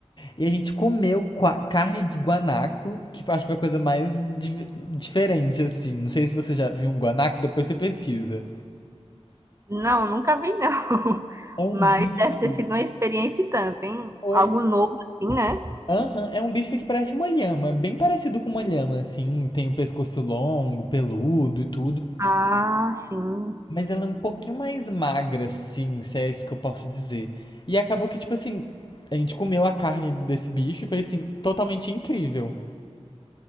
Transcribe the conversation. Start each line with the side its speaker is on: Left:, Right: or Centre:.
Left: E a gente comeu carne de guanaco, que eu acho que foi a coisa mais di- diferente, assim. Não sei se você já viu um guanaco, depois você pesquisa.
Right: Não, nunca vi não. <laughs>
Left: É um
Right: Mas
Left: bicho.
Right: deve ter sido uma experiência e tanto, hein?
Left: Oi.
Right: Algo novo assim, né?
Left: Aham, é um bicho que parece uma lhama, bem parecido com uma lhama, assim. Tem o pescoço longo, peludo e tudo.
Right: Ah, sim.
Left: Mas ela é um pouquinho mais magra, assim, se é isso que eu posso dizer. E acabou que, tipo assim, a gente comeu a carne desse bicho e foi, assim, totalmente incrível.